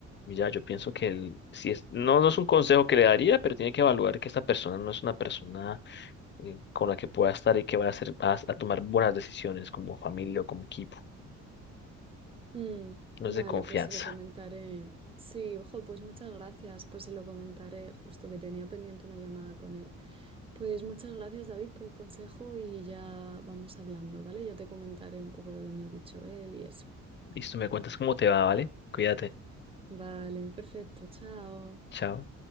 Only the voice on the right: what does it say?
Mm,
vale,
pues se lo comentaré. Sí, ojo, pues muchas gracias, pues se lo comentaré, justo que tenía pendiente una llamada con él. Pues muchas gracias, David, por el consejo y ya vamos hablando, ¿vale? Ya te comentaré un poco lo que me ha dicho él y eso.
Vale, perfecto, chao.